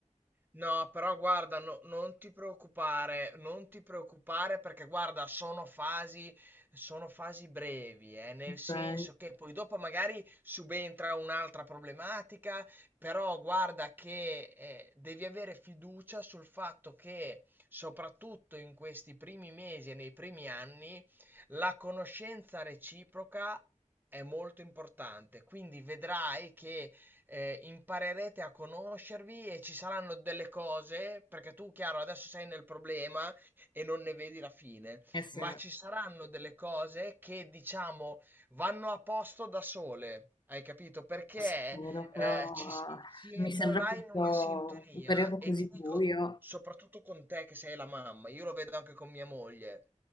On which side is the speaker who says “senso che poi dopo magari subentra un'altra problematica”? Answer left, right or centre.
Right